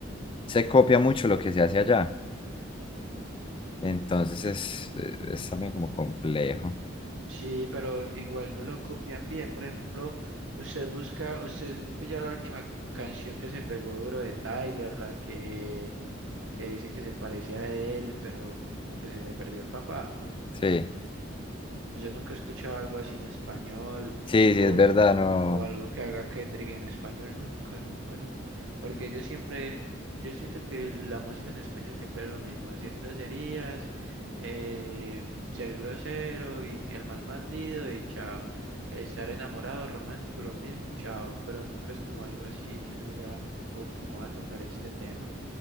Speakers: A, on the left; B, on the right.
A: se copia mucho lo que se hace allá. Entonces es, eh, es también como complejo.
B: Sí, pero igual no lo copian bien. Por ejemplo, usted busca, usted pilló la última canción que se pegó duro de Tyler, la que, que dice que se parecía a él, pero como que se le perdió el papá.
A: Sí,
B: Yo nunca he escuchado algo así en español
A: sí, sí,
B: o,
A: es verdad, no.
B: o algo que haga Kendrick en español, nunca, nunca, nunca. Porque yo siempre, yo siento que la música en español siempre es lo mismo, decir groserías, eh, ser grosero y el más bandido y chao. Estar enamorado, romántico, lo mismo, chao. Pero nunca es como algo así que uno diga, uff, ¿cómo va a tocar este tema?